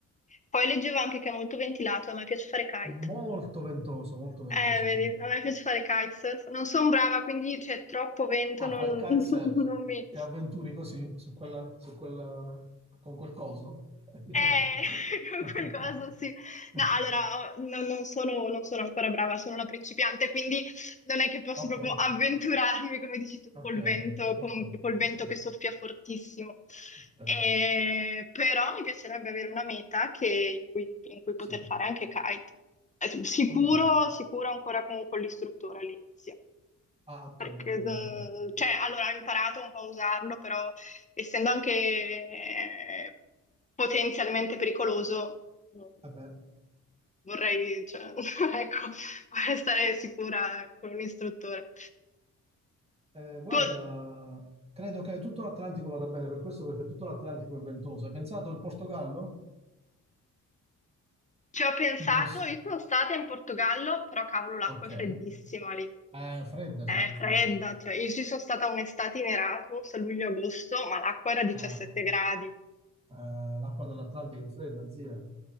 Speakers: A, on the left; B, on the right.
A: Poi leggevo anche che è molto ventilato, a me piace fare kite.
B: Molto ventoso, molto ventoso,
A: Eh, vedi,
B: sì.
A: a me piace fare kitesurf. Non sono brava, quindi c'è troppo vento,
B: Ah,
A: non,
B: fai il kitesurf,
A: <laughs> non mi...
B: ti avventuri così su quella, su quella, con quel coso? <laughs>
A: Eh, <laughs> qualcosa sì. No, allora, ho- non, non sono, non sono ancora brava, sono una principiante, quindi non è che posso
B: Ok,
A: proprio avventurarmi, come dici tu,
B: ok,
A: col vento, con-
B: ok,
A: col vento
B: ok,
A: che soffia fortissimo.
B: ok,
A: Eh, però mi piacerebbe avere una meta che- in cui, in cui poter
B: sì.
A: fare anche kite. Eh, Sicuro,
B: Mm.
A: sicuro ancora con, con l'istruttore all'inizio.
B: Ah, ok,
A: Perché,
B: va bene,
A: mm,
B: va bene.
A: cioè, allora ho imparato un po' a usarlo, però essendo anche eh, potenzialmente pericoloso, mm,
B: Vabbè.
A: vorrei, cioè, <laughs> ecco, vorrei stare sicura con un istruttore.
B: Eh, guarda,
A: Tu,
B: credo che tutto l'Atlantico vada bene per questo, perché tutto l'Atlantico è ventoso. Hai pensato al Portogallo?
A: ci ho pensato,
B: Tipo il... s-
A: io sono stata in Portogallo, però cavolo, l'acqua
B: Ok.
A: è
B: Eh,
A: freddissima lì.
B: È fredda,
A: È
B: sì, è fredda,
A: fredda,
B: sì.
A: cioè, io ci sono stata un'estate in Erasmus a luglio-agosto, ma l'acqua era 17
B: Eh,
A: gradi.
B: eh, l'acqua dell'Atlantico è fredda, zia.